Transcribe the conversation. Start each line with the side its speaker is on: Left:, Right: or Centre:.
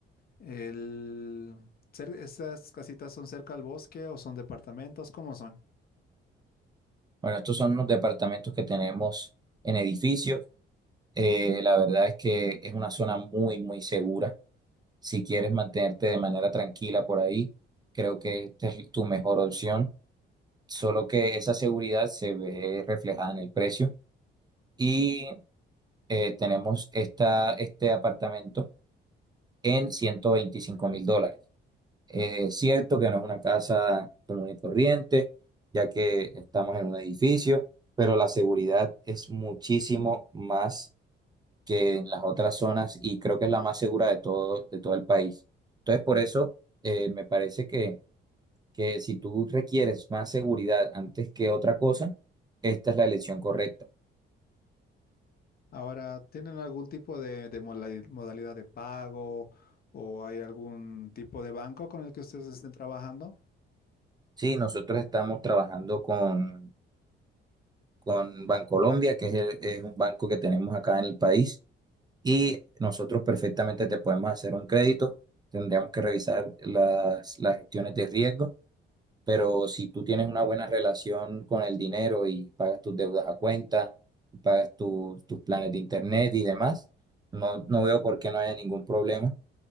Left: El... cer- ¿Esas casitas son cerca al bosque o son departamentos? ¿Cómo son?
Right: Bueno, estos son los departamentos que tenemos en edificios. Eh, la verdad es que es una zona muy, muy segura. Si quieres mantenerte de manera tranquila por ahí, creo que esta es tu mejor opción. Solo que esa seguridad se ve reflejada en el precio. Y eh, tenemos esta, este apartamento en ciento veinticinco mil dólares. Eh, es cierto que no es una casa común y corriente, ya que estamos en un edificio, pero la seguridad es muchísimo más que en las otras zonas y creo que es la más segura de todo, de todo el país. Entonces, por eso eh, me parece que, que si tú requieres más seguridad antes que otra cosa, esta es la elección correcta.
Left: Ahora, ¿tienen algún tipo de, de mola- modalidad de pago o hay algún tipo de banco con el que ustedes estén trabajando?
Right: Sí, nosotros estamos trabajando con, con Bancolombia, que es el- es un banco que tenemos acá en el país y nosotros perfectamente te podemos hacer un crédito. Tendríamos que revisar las, las gestiones de riesgo, pero si tú tienes una buena relación con el dinero y pagas tus deudas a cuenta, y pagas tus tus planes de internet y demás, no, no veo por qué no haya ningún problema